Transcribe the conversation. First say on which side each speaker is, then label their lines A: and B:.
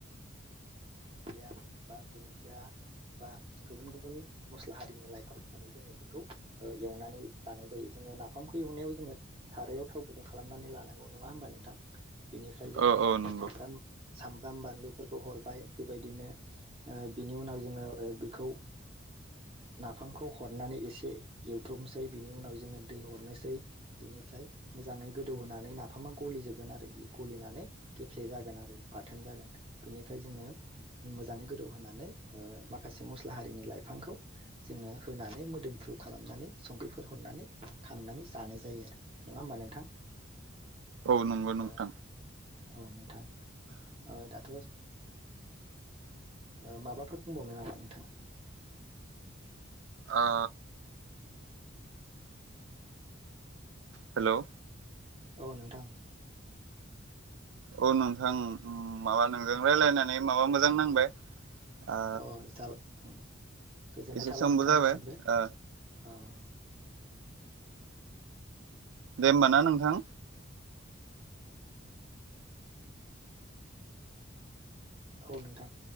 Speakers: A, on the right; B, on the right.
A: जाम बा दुन्दिया बा गुबुन गुबुन मस्ला हारिनि लाइफां होनानै जोङो बेखौ ओ एवनानै जानाय जायो जोङो नाफामखौ एवनायाव जोङो सारायाव थाव गुदुं खालामनानै लानांगौ नङा होमबा नोंथां? बिनिफ्राय जोङो
B: औ औ नंगौ
A: सामब्राम सामब्राम बानलुफोरखौ हरबाय बेबायदिनो ओ बिनि उनाव जोङो ओ बेखौ नाफामखौ हरनानै एसे एवद्रबनोसै बिनि उनाव जोङो दै हरनोसै बिनिफ्राय मोजाङै गोदौहोनानै नाफामा गलिजोबगोन आरो बे गलिनानै गेफ्ले जागोन आरो बा थोन जागोन बेनिफ्राय जोंनो मोजाङै गोदौ होनानै ओ माखासे मस्ला हारिनि लाइफांखौ जोङो होनानै मोदोमफ्रु खालामनानै संख्रिफोर हरनानै खांनानै जानाय जायो आरो नङा होमबा नोंथां?
B: औ नंगौ नोंथां
A: अ औ नोंथां औ दाथ' ओ माबाफोर बुंबावनो नामा नोंथाङा?
B: ओ हेलौ
A: औ नोंथां
B: औ नोंथां माबा नोंजों रायलायनानै माबा मोजां नांबाय ओ
A: अ जाबाय गोजोननाय
B: एसे
A: थाबाय
B: समबो
A: नोंथांनिसिमबो
B: जाबाय ओ
A: औ
B: दे होमबा ना नोंथां
A: औ नोंथां